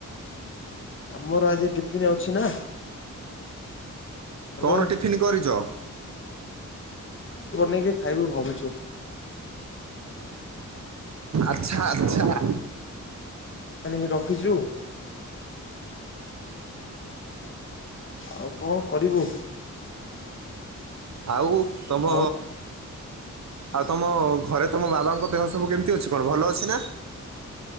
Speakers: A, on the left; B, on the right.
A: ଆମର ଆଜି ଟିଫିନ ଅଛି ନା? ହ୍ୟାଲୋ
B: କଣ ଟିଫିନ୍ କରିଛ?
A: ବନେଇକି ଖାଇବୁ ଭାବୁଛୁ।
B: ଆଛା ଆଛା।
A: ଆଣିକି ରଖିଛୁ ଆଉ କଣ କରିବୁ?
B: ଆଉ ତମ?
A: ଆଉ
B: ଆଉ ତମ ଘରେ ତମ ବାବାଙ୍କ ଦେହ ସବୁ କେମିତି ଅଛି କଣ? ଭଲ ଅଛି ନା?